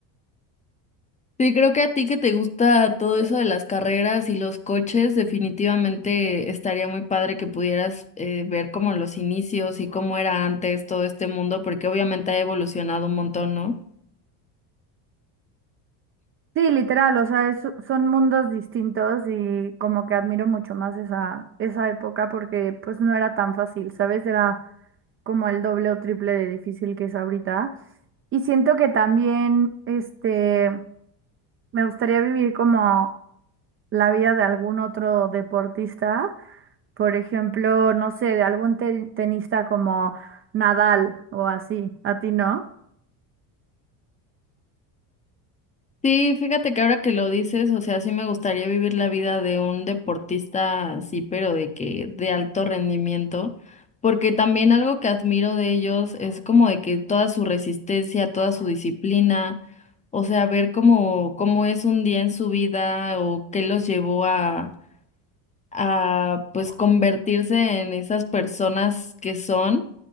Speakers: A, on the left; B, on the right.
A: Sí, creo que a ti que te gusta todo eso de las carreras y los coches, definitivamente estaría muy padre que pudieras eh, ver como los inicios y cómo era antes todo este mundo, porque obviamente ha evolucionado un montón, ¿no?
B: Sí, literal, o sea, es- son mundos distintos y como que admiro mucho más esa, esa época porque pues no era tan fácil, ¿sabes? Era como el doble o triple de difícil que es ahorita. Y siento que también, este, me gustaría vivir como la vida de algún otro deportista, por ejemplo, no sé, de algún te- tenista como Nadal o así, ¿a ti no?
A: Sí, fíjate que ahora que lo dices, o sea, sí me gustaría vivir la vida de un deportista, sí, pero de que de alto rendimiento, porque también algo que admiro de ellos es como de que toda su resistencia, toda su disciplina, o sea, ver cómo cómo es un día en su vida o qué los llevó a a pues convertirse en esas personas que son,